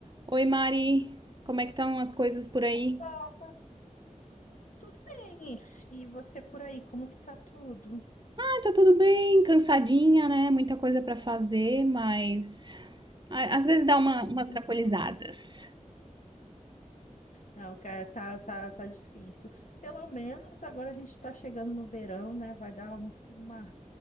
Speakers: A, on the right; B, on the left.
A: Oi, Mari. Como é que estão as coisas por aí?
B: Rafa, tudo bem? E você por aí, como que tá tudo?
A: Ah, tá tudo bem, cansadinha, né? Muita coisa pra fazer, mas a- às vezes dá uma,
B: Ai,
A: umas
B: nem
A: trapolizadas.
B: me fala. Não, cara, tá, tá, tá difícil. Pelo menos agora a gente tá chegando no verão, né? Vai dar um- uma,